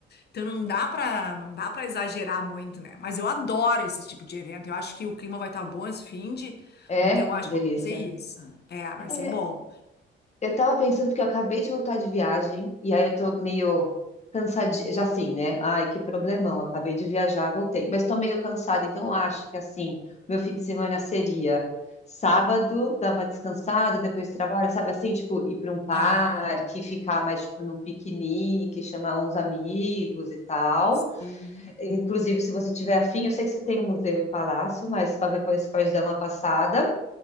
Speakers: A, on the left; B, on the left.
A: Então não dá pra, não dá para exagerar muito, né? Mas eu adoro esse tipo de evento. Eu acho que o clima vai estar bom esse fim de,
B: É,
A: então eu acho
B: delícia.
A: que eu vou fazer isso. É, vai
B: É,
A: ser bom.
B: eu tava pensando porque eu acabei de voltar de viagem e aí eu tô meio cansadinha, já assim, né? Ai, que problemão, acabei de viajar, voltei, mas tô meio cansada, então eu acho que assim, meu fim de semana seria sábado, dar uma descansada, depois trabalho, sabe assim, tipo, ir pra um parque,
A: Aham.
B: ficar mais tipo num piquenique, chamar uns amigos e tal.
A: Sim.
B: Inclusive, se você tiver afim, eu sei que você tem o Museu e Palácio, mas qualquer coisa você pode dar uma passada.